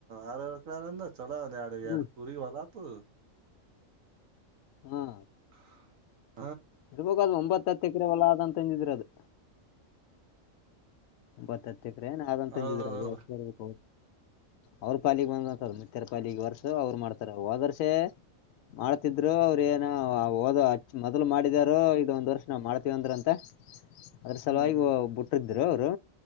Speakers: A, on the right; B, on the left.
A: ಆರು ಏಳು ಎಕರೆ ಅಂದ್ರ. ಚಲೋ ಆದ
B: ಹ್ಮ್
A: ಎರಡ ಪುರಿ ವಲತು.
B: ಹಾ.
A: <unintelligible>
B: ಇರ್ಬೇಕ್ ಅದು ಒಂಬತ್ತ ಹತ್ತು ಎಕ್ರೆ ಹೊಲ ಅದ. ಇಲ್ಲಂತಂದಿದ್ರ ಅದು. ಬತ್ತದೆ. ಹತ್ತ ಎಕರೆ ಏನ್ ಅಂತಂದಿದ್ರ
A: ಹೌದೌದೌದ್ರಿ
B: ಅ ಎಷ್ಟು ಬರ್ಬೇಕು. ಅವ್ರ ಪಾಲಿಗೆ ಬಂದತ ಮುತ್ಯಾರ ಪಾಲಿಗೆ ಬರ್. ಅವ್ರು ಮಾಡ್ತಾರ ಹೋದ ವರ್ಷ ಮಾಡ್ತಿದ್ರು ಅವ್್ರ ಏನ ಹಓದಚ್ಚ ಮೊದ್ಲು ಮಾಡಿದಾರೋ ಇದ ಒಂದ್ ವರ್ಷ ನಾವ್ ಮಾಡ್ತೀವಂದ್ರ ಅಂತ ಅದ್ರ ಸಲುವಾಗಿ
A: ಹ್ಮ್ ಹ್ಮ್
B: ಬುಟ್ಟ್ರದೀ. ಇದ್ರ ಅವರು.